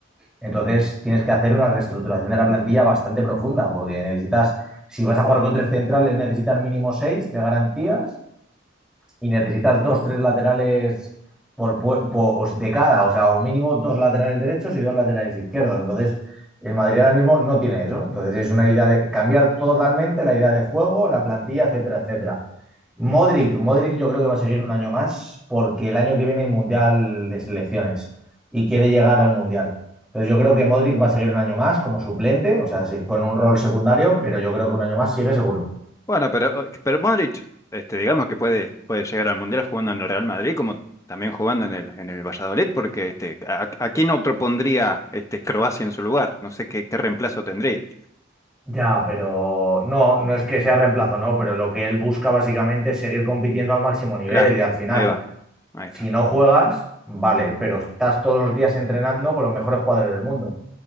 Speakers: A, in the centre; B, on the left (about 15°).
A: Entonces tienes que hacer una reestructuración de la plantilla bastante profunda, porque necesitas, si vas a jugar con tres centrales, necesitas mínimo seis de garantías y necesitas dos, tres laterales por, pu- por- de cada, o sea, un mínimo dos laterales derechos y dos laterales izquierdos. Entonces, el Madrid ahora mismo no tiene eso. Entonces, es una idea de cambiar totalmente la idea de juego, la plantilla, etcétera, etcétera. Modric, Modric yo creo que va a seguir un año más porque el año que viene hay Mundial de Selecciones y quiere llegar al Mundial. Entonces yo creo que Modric va a seguir un año más como suplente, o sea, sí, con un rol secundario, pero yo creo que un año más sigue seguro.
B: bueno, pero, pero Modric, este, digamos que puede, puede llegar al Mundial jugando en el Real Madrid, como también jugando en el, en el Valladolid, porque este, a, a quién otro pondría este, Croacia en su lugar. No sé qué, qué reemplazo tendría.
A: Ya, pero no, no es que sea reemplazo, no, pero lo que él busca básicamente es seguir compitiendo al máximo nivel
B: Claro,
A: y al final,
B: ahí va. Ahí
A: si
B: está.
A: no juegas, vale, pero estás todos los días entrenando con los mejores jugadores del mundo.